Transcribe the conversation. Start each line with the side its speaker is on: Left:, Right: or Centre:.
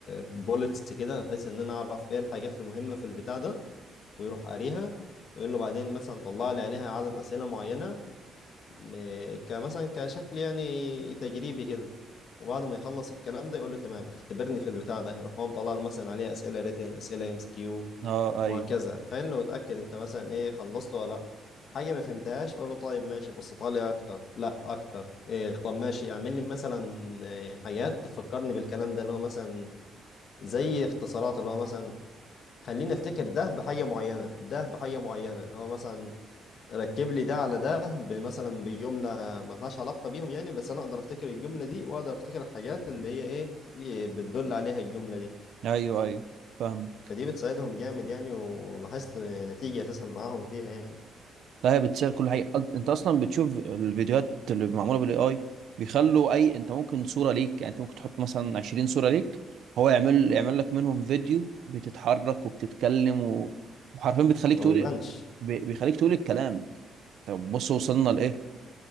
Left: بولتس كده بحيث ان انا اعرف ايه الحاجات المهمه في البتاع ده ويروح قاريها ويقول له بعدين مثلا طلع لي عليها عدد اسئله معينه م- كمثلا كشكل يعني تجريبي كده وبعد ما يخلص الكلام ده يقول له تمام اختبرني في البتاع ده يروح هو مطلع له مثلا عليها اسئله ريتن اسئله ام سي كيو
Right: اه ايوه
Left: وهكذا حل وتأكد انت مثلا ايه خلصت ولا لا حاجة ما فهمتهاش قول له طيب ماشي بسطها لي اكتر لا اكتر إيه طب ماشي اعمل لي مثلا إيه حاجات تفكرني بالكلام ده اللي هو مثلا زي اختصارات اللي هو مثلا خليني افتكر ده بحاجة معينة ده بحاجة معينة اللي هو مثلا ركب لي ده على ده مثلا بجملة ملهاش علاقة بيهم يعني بس انا اقدر افتكر الجملة دي واقدر افتكر الحاجات اللي هي ايه في- بتدل عليها الجملة دي
Right: ايوه ايوه فاهمك
Left: فدي بتساعدهم جامد يعني ولاحظت نتيجة أساسا معاهم فيها يعني
Right: لا هي بتسهل كل حاجة أد- انت اصلا بتشوف الفيديوهات اللي معمولة بالاي اي بيخلوا اي انت ممكن صورة ليك يعني انت ممكن تحط مثلا 20 صورة ليك هو يعمل يعمل لك منهم فيديو بتتحرك وبتتكلم و... وحرفيا بتخليك
Left: هو
Right: تقول
Left: ما بيبانش
Right: بي- بيخليك تقول الكلام طب بص وصلنا لايه